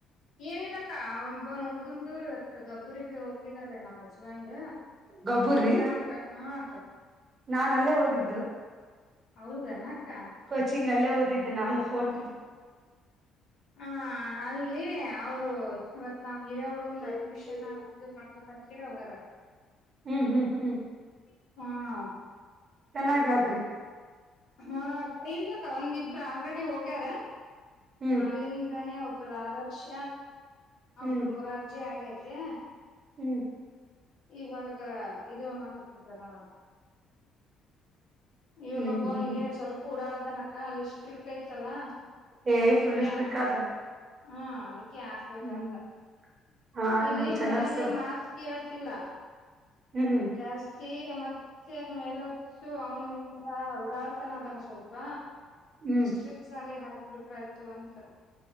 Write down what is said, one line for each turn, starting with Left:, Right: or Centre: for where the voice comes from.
Left: ಏನಿಲ್ಲಕ್ಕ ಆ ಒಬ್ಬನ್ ಹುಡ್ಗುನ್ ದು ಇವತ್ತು ಗಬ್ಬರಿಗೆ ಹೋಗಿದ್ದಾರೆ ನಮ್ಮ್ ಹಸ್ಬೆಂಡ್
Right: ಗಬ್ಬುರ್ರಿ
Left: ಎಕ್ಸಾಮ್ ಕ ಹ್ಮ್
Right: ನಾನ್ ಅಲ್ಲೇ ಓದಿದ್ದು.
Left: ಹೌದನ ಅಕ್ಕ
Right: ಕೋಚಿಂಗ್ ಅಲ್ಲೇ ಓದಿದ್ದು ನಾನು ಫೋರ್
Left: ಹಾ ಅಲ್ಲಿ ಅವರು ಇವತ್ ನಮ್ ವೀರ್ಯ ಹುಡ್ಗಂದ ಅಡ್ಮಿಷನ್ ಇದು ಮಾಡ್ಬೇಕಂತೆಳ್ ಹೋಗ್ಯಾರ.
Right: ಹ್ಮ್ ಹ್ಮ್ ಹ್ಮ್
Left: ಹಾ
Right: ಚೆನ್ನಾಗಾದ್ರಿ
Left: ಹಾ ಇಲಕ್ಕ ಒಂದಿಬ್ರ್ ಆಲ್ರೆಡಿ ಹೋಗ್ಯಾರ
Right: ಹ್ಮ್
Left: ಅಲ್ಲಿನ್ ದನೆ ಒಬ್ರು ಆದರ್ಶ
Right: ಹ್ಮ್
Left: ಒಬ್ರು ಮೂರಾರ್ಜಿ ಆಗೇತಿ.
Right: ಹ್ಮ
Left: ಇವಾಗ ಇದು ಮಾಡ್ಸ್ ಬಿಟ್ರಕಣ. ಇವ್ನೊಬ್ಬನಿಗೆ
Right: ಹ್ಮ್ ಹ್ಮ್
Left: ಸ್ವಲ್ಪ ಊಡಾಳ್ ಅದಾನಕ್ಕ ಅಲ್ಲಿ ಸ್ಟ್ರಿಕ್ಟ್ ಐತಲ್ಲ.
Right: ಏ
Left: ಅದಕ್ಕೆ
Right: ಫುಲ್ ಸ್ಟ್ರಿಕ್
Left: ಹಾ
Right: ಅದ
Left: ಹ್ಮ ಅದಕ್ಕೆ ಹಾಕ್ಬೇಕಂತ
Right: ಹ್ಮ್ ಹಾ
Left: ಇಲ್ಲಿ
Right: ನಮ್ ಚೆನ್ನಪ್ಪ
Left: ಮನೇಲ್ಲಿ
Right: ಸರ್
Left: ಮಾತ್ ಕೇಳ್ ತಿಲ್ಲ.
Right: ಹ್ಮ್
Left: ಜಾಸ್ತಿ ಮತ್ ತ್ತೆ ಮೇಲೊಚ್ಚು ಅವನಿಂದ ಉಡಾಳ್ ತನ ಅದಾನ್ ಸ್ವಲ್ಪ.
Right: ಹ್ಮ್
Left: ಸ್ಟ್ರಿಕ್ಸ್ ಸಾಲ್ಲಿ ಹಾಕ್ಬಿಟ್ರಾಯ್ತು ಅಂತ.